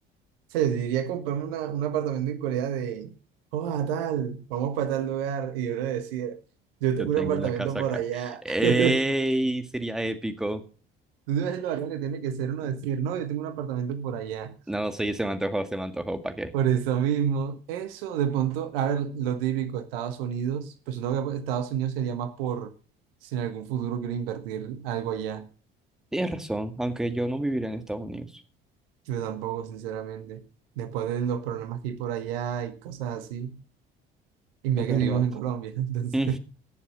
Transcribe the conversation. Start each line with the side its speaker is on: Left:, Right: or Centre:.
Right: sea, yo diría comprarme una- un apartamento en Corea de, oh, a tal, vamos para tal lugar, y uno decía, yo
Centre: Yo
Right: tengo
Centre: tengo
Right: un apartamento
Centre: una casa
Right: por
Centre: acá.
Right: allá.
Centre: ¡Ey!
Right: <laughs>
Centre: Sería épico.
Right: Tú sabes lo bacano que tiene que ser uno decir, no, yo tengo un apartamento por allá.
Centre: No, sí, se me antojó, se me antojó, ¿para qué?
Right: Por eso mismo, eso de pronto, a ver, lo típico, Estados Unidos, pues no, que pues, Estados Unidos sería más por si en algún futuro quiero invertir algo allá.
Centre: Tienes razón, aunque yo no viviría en Estados Unidos,
Right: Yo tampoco, sinceramente. Después de los problemas que hay por allá y cosas así. Y mira
Centre: es verdad.
Right: que vivimos en Colombia, <laughs> entonces,
Centre: Mm,